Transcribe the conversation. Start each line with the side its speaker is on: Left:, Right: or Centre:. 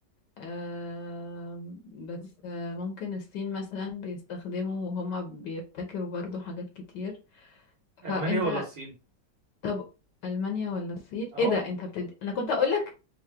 Left: آم، بس آه، ممكن الصين مثلا بيستخدموا وهما بيبتكروا برضو حاجات كتير فانت
Right: المانيا ولا الصين
Left: طب ألمانيا ولا الصين
Right: اه
Left: ايه ده انت بتد... انا كنت اقولك